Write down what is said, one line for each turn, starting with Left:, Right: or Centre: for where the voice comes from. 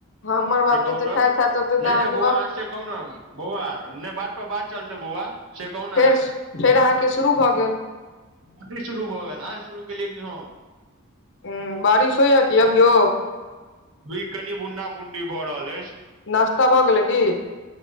Left: हमर बाप
Right: से
Left: जते
Right: कहू त
Left: खाइत हैत ओते तऽ
Right: नै
Left: अहाँके
Right: नै बौआ
Left: बाप
Right: आहा से कहूँ ने बौआ नै बात पर बात चलतै बौआ। से कहू ने
Left: फेर श फेर अहाँके शुरू भऽ गेल।
Right: कखनी शुरू भऽ गेल अहाँ शुरू केलियै की हम।
Left: ऊं बारिश होइयै कि अभीयो?
Right: रुइककनि बुंदा बुंदी भऽ रहल ऐछ।
Left: नास्ता भऽ गेलै की?